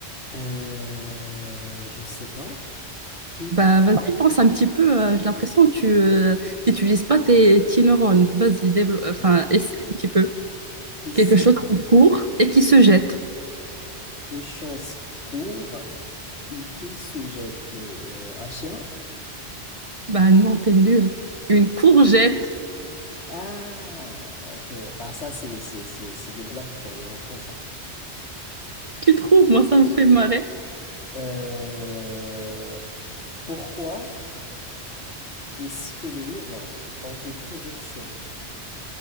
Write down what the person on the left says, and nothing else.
Euh, je sais pas. Qui,
Bon.
qui, s-
une chose qui court et qui se jette euh, un chien?
Ah, ok. Bah ça, c'est, c'est, c'est, c'est des blagues pour les enfants, ça.
Euh, pourquoi est-ce que les livres ont-ils toujours chaud?